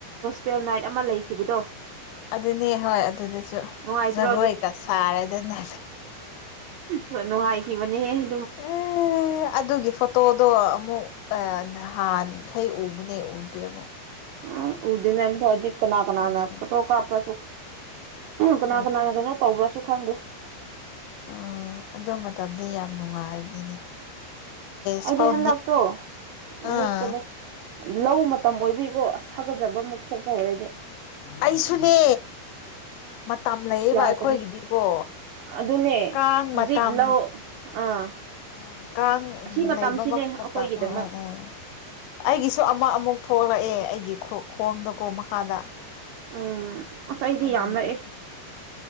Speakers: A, on the right; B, on the left.
A: ꯇꯦꯜ ꯅꯥꯏꯠ ꯑꯃ ꯂꯩꯈꯤꯕꯗꯣ
B: ꯑꯗꯨꯅꯦ ꯍꯣꯏ ꯑꯗꯨꯗꯁꯨ
A: ꯅꯨꯡꯉꯥꯏꯇ꯭ꯔꯣ
B: ꯖꯒꯣꯏꯀ ꯁꯥꯔꯦ ꯑꯗꯨꯅꯦ
A: ꯎ ꯃꯅꯦ
B: ꯑꯦ ꯑꯗꯨꯒꯤ ꯐ ꯇꯣꯗꯣ ꯑꯃꯨꯛ ꯅꯍꯥꯟꯈꯩ ꯎꯕꯅꯦ ꯎꯗ꯭ꯔꯤ ꯑꯃꯨꯛ
A: ꯑ ꯑꯣꯗꯅ ꯊꯛꯅꯥ ꯀꯅꯥꯅ
B: ꯎꯝ
A: ꯄꯊꯣ ꯀꯁꯨ ꯀꯅꯥ
B: ꯈꯪꯗꯦ
A: ꯀꯅꯥꯅ ꯀꯩꯅꯣ ꯇꯧꯕ꯭ꯔꯥꯁꯨ ꯈꯪꯗꯦ
B: ꯎꯝ ꯑꯗꯨ ꯃꯇꯝꯗ ꯌꯥꯝ ꯅꯨꯡꯉꯥꯏꯕꯅꯤꯅꯦ
A: ꯑꯩꯗꯤ
B: ꯁ ꯐꯥꯎ
A: ꯍꯟꯗꯛꯇꯣ
B: ꯑꯥ
A: ꯅꯤꯛꯄꯅꯦ ꯂꯧ ꯃꯇꯝ ꯑꯣꯏꯕꯤꯀꯣ ꯁꯥꯒꯖꯕ ꯑꯃꯨꯛ ꯊꯣꯛꯄ ꯍꯧꯔꯗꯤ
B: ꯑꯩꯁꯨꯅꯦ ꯃꯇꯝ ꯂꯩꯌꯦꯕ
A: ꯑꯁ ꯌꯥꯗ꯭ꯔꯦ
B: ꯑꯩꯈꯣꯏꯒꯤꯗꯤꯀꯣ
A: ꯑꯗꯨꯅꯦ
B: ꯀꯥꯡ
A: ꯍꯧꯖꯤꯛ
B: ꯃꯇꯝ
A: ꯂꯧ ꯑꯥ
B: ꯎ ꯀꯥꯡ
A: ꯑꯁꯤ ꯃꯇꯝꯁꯤꯅꯦ
B: ꯂꯩꯕꯃꯛ ꯃꯇꯝ
A: ꯑꯩꯈꯣꯏꯒꯤꯗꯃꯛ
B: ꯎꯝ ꯎꯝ ꯎꯝ ꯑꯩꯒꯤꯁꯨ ꯑꯃꯨꯛ ꯑꯃꯨꯛ ꯊꯣꯛꯂꯛꯑꯦ ꯑꯩꯒꯤ ꯈꯣꯡꯗꯀꯣ ꯃꯈꯥꯗ
A: ꯎꯝ ꯉꯁꯥꯏ ꯑꯩꯗꯤ
B: ꯑꯗꯨꯅꯤ
A: ꯌꯥꯝꯂꯛꯑꯦ